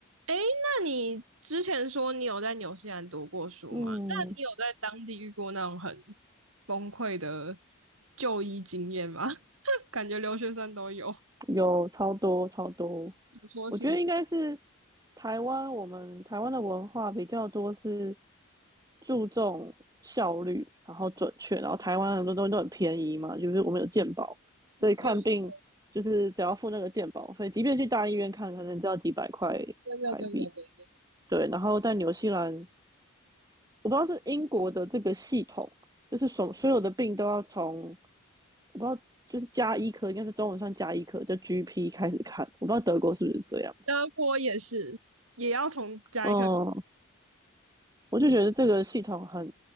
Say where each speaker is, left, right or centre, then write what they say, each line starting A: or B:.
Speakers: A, on the right (about 70°); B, on the right (about 15°).
A: 诶，那你之前说你有在纽西兰读过书吗？
B: 嗯，
A: 那你有在当地遇过那种很崩溃的就医经验吗？<laughs> 感觉留学生都有。
B: 有超多超多，
A: 你说，
B: 我觉得应该是
A: 请说，
B: 台湾，我们台湾的文化比较多是注重效率，然后准确，然后台湾很多东西都很便宜嘛，就是我们有健保，所以看病就是只要付那个健保费，
A: 就一下
B: 即便去大医院看，可能只要几百块台币，
A: 真的真的真的，
B: 对，然后在纽西兰我不知道是英国的这个系统，就是所所有的病都要从我不知道就是加医科，应该是中文算加医科，叫 GP 开始看。我不知道德国是不是这样。
A: 德国也是，也要从加一颗
B: 嗯，我就觉得这个系统很